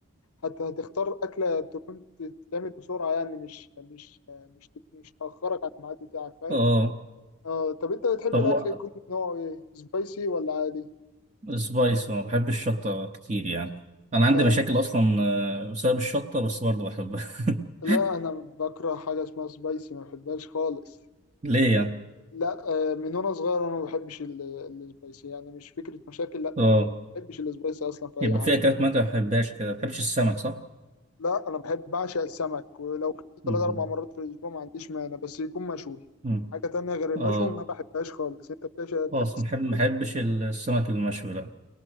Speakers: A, on the left; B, on the right.
A: هت... هتختار أكلة تكون تتعمل بسرعة يعني مش مش مش تت- مش تأخرك عن الميعاد بتاعك فاهم
B: اه
A: اه طب انت بتحب
B: طب
A: الأكل
B: هو
A: يكون نوعه ايه سبايسي ولا عادي؟
B: سبايس انا بحب الشطه كتير يعني انا عندي
A: آه
B: مشاكل اصلا آه، بسبب الشطه بس برضه بحبها <laughs>
A: لا انا بكره حاجة اسمها سبايسي ما بحبهاش خالص
B: ليه يعني
A: لا آه، من وانا صغير انا ما بحبش ال- السبايسي يعني مش فكره مشاكل لا
B: اه
A: انا ما بحبش السبايسي اصلا في اي
B: يبقى
A: حاجه
B: في اكلات ما أنت ما بتحبهاش كده ما بتحبش السمك صح
A: لا انا بحب بعشق السمك ولو كنت
B: مم.
A: ثلاث اربع مرات في الاسبوع ما عنديش مانع بس يكون مشوي
B: مم.
A: حاجه تانية غير المشوي
B: اه
A: ما بحبهاش خالص انت بتعشق تحب
B: خلاص
A: السمك
B: ما بحب- ما
A: برضه
B: بحبش السمك المشوي لا